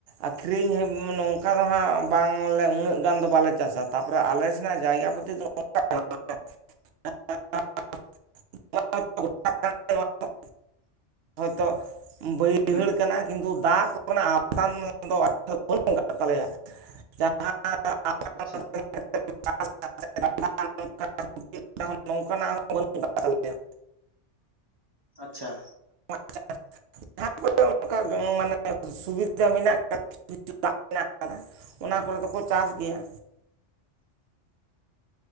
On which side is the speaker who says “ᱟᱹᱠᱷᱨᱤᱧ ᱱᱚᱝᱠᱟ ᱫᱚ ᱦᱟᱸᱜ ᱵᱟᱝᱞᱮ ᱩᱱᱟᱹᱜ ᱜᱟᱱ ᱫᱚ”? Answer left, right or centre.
Right